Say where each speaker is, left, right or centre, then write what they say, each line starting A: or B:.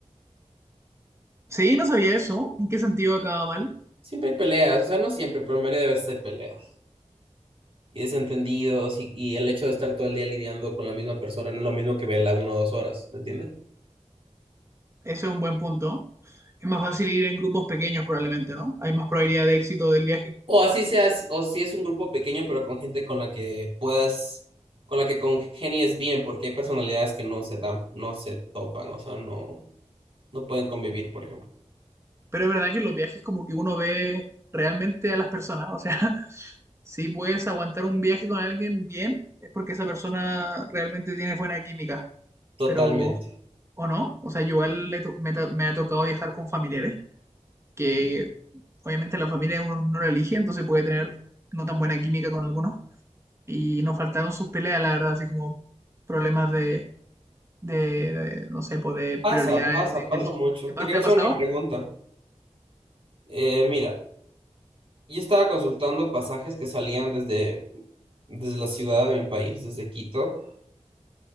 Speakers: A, on the right; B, on the right.
A: Sí, no sabía eso. ¿En qué sentido acaba mal?
B: Siempre hay peleas, o sea, no siempre, pero la mayoría de veces hay peleas y desentendidos y, y el hecho de estar todo el día lidiando con la misma persona no es lo mismo que verla una o dos horas, ¿me entiendes?
A: Ese es un buen punto. Es más fácil ir en grupos pequeños probablemente, ¿no? Hay más probabilidad de éxito del viaje.
B: O así seas, o si es un grupo pequeño pero con gente con la que puedas, con la que congenies bien, porque hay personalidades que no se dan, no se topan, o sea, no, no pueden convivir, por ejemplo.
A: Pero es verdad que en los viajes como que uno ve realmente a las personas. O sea, <laughs> si puedes aguantar un viaje con alguien bien, es porque esa persona realmente tiene buena química.
B: Totalmente.
A: Pero, ¿o no? O sea, yo igual le to- me, to- me ha tocado viajar con familiares, que obviamente la familia uno no la elige, entonces puede tener no tan buena química con algunos. Y nos faltaron sus peleas, la verdad, así como problemas de, de, de, no sé, pues de
B: Pasa,
A: prioridades,
B: pasa,
A: de
B: pasa
A: que elegir.
B: mucho.
A: ¿Te pa-
B: Te quería
A: te ha
B: hacer
A: pasado?
B: una pregunta. Eh, mira, yo estaba consultando pasajes que salían desde, desde la ciudad de mi país, desde Quito,